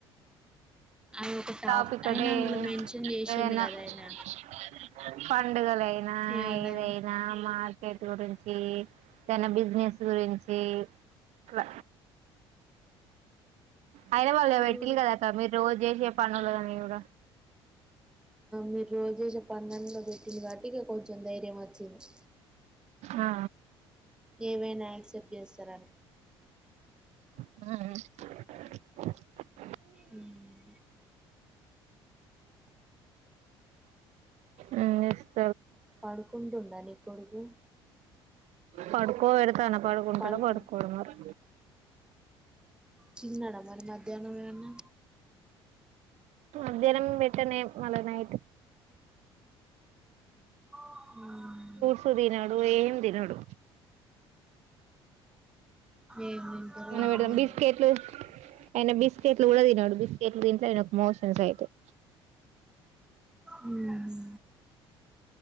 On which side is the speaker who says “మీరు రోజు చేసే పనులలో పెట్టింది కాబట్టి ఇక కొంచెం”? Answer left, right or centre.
Centre